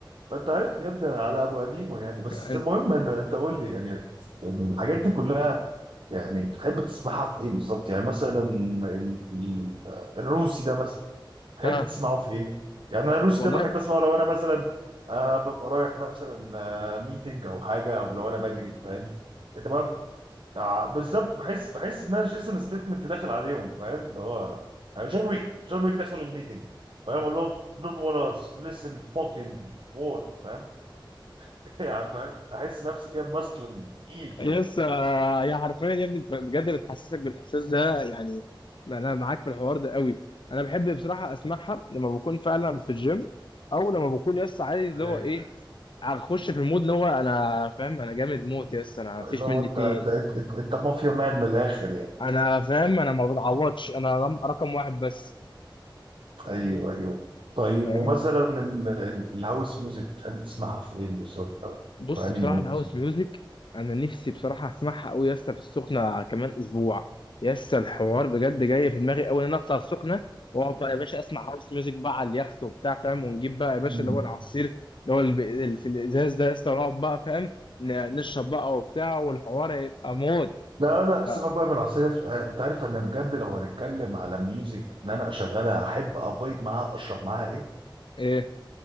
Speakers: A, on the right (about 70°); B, on the left (about 70°).
A: ما انت عارفني يا ابني انا على ابو قديمه يعني بس
B: <laughs> يعني
A: المهم إن انت قول لي يعني يعني الحاجات دي كلها يعني بتحب تسمعها في ايه بالظبط يعني مثلا ال- ال- الروسي ده مثلا تحب
B: ها
A: تسمعه في ايه يعني انا الروسي
B: والله
A: ده بحب اسمعه لو انا مثلا آه ببقى رايح مثلا آه ميتنج او حاجه او لو انا بجري فاهم انت بقى بت- آه، بالظبط بحس بحس ان انا جيسون ستيتمنت داخل عليهم فاهم اللي هو يعني جون ويك جون ويك داخل الميتنج فاهم اقول لهم don't wanna listen fucking word فاهم <laughs> يعني فاهم احس نفسي كده ماسكلين تقيل كده
B: يس آه، يا حرفيا يا ابني بجد بتحسسك بالاحساس ده يعني انا معاك في الحوار ده قوي انا بحب بصراحه اسمعها لما بكون فعلا في الجيم او لما بكون يس عايز اللي هو
A: يعني.
B: ايه اخش في المود اللي هو انا فاهم انا جامد موت يس انا مفيش
A: اللي هو
B: مني
A: انت
B: اتنين
A: انت انت, انت مافيا مان من الاخر يعني
B: انا فاهم انا ما بتعوضش انا رم- رقم واحد بس
A: ايوه ايوه طيب
B: فاهم
A: ومثلا ال- ال- الهاوس ميوزك بتحب تسمعها فين بالظبط او
B: بص
A: في انهي
B: بصراحة
A: مود؟
B: الهاوس ميوزك أنا نفسي بصراحة أسمعها أوي يا اسطى في السخنة على كمان أسبوع يا اسطى الحوار بجد جاي في دماغي أوي إن أنا أطلع السخنة وأقعد بقى يا باشا أسمع هاوس ميوزك بقى على اليخت وبتاع فاهم ونجيب بقى يا باشا
A: مم.
B: اللي هو العصير اللي هو الب- اللي في الإزاز ده يا اسطى ونقعد بقى فاهم ن- نشرب بقى وبتاع والحوار هيبقى موت
A: لا لا
B: لا
A: سيبك بقى من العصير آه، انت عارف انا بجد لو هنتكلم على ميوزك ان انا اشغلها احب افايب معاها اشرب معاها ايه؟
B: إيه